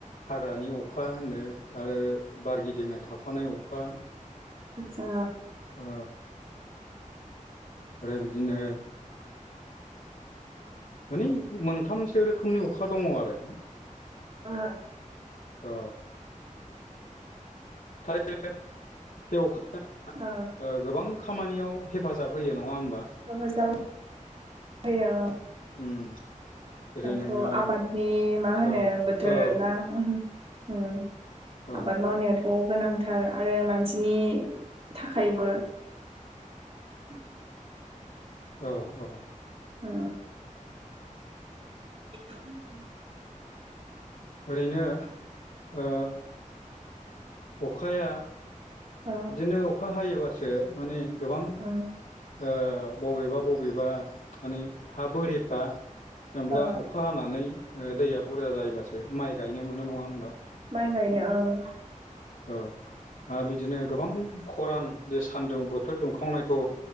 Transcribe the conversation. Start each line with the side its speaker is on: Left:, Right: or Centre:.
Left: हाग्रानि अखा होनो आरो बारगिदिंनाय थाफानाय अखा
Right: ओ
Left: ओ आरो बिदिनो माने मोनथामसो रोखोमनि अखा दङ' आरो।
Right: ओ
Left: अ थारैनो जों अखा
Right: ओ
Left: ओ गोबां खामानियाव हेफाजाब होयो नङा होमबा?
Right: मोजां <unintelligible> होयो।
Left: उम जेरै
Right: दाथ'
Left: नोङो
Right: आबादनि मा होनो
Left: ओ
Right: बोथोर
Left: औ
Right: ना उम
Left: औ
Right: आबाद मावनायाथ' गोनांथार आरो मानसिनि थाखायबो <inaudible>
Left: औ औ
Right: ओ <inaudible>
Left: ओरैनो ओ अखाया
Right: ओ
Left: बिदिनो अखा हायोबासो माने गोबां
Right: ओ
Left: ओ बबेबा बबेबा माने हा बोरिफ्रा जेनब्ला
Right: ओ
Left: अखा हानानै ओ दैया बुरजा जाहैबासो माइ गायनो मोनो नङा होमबा?
Right: माइ गायनो ओ
Left: औ आरो बिदिनो गोबां खरान जे सानदुं बोथोर दुंखावनायखौ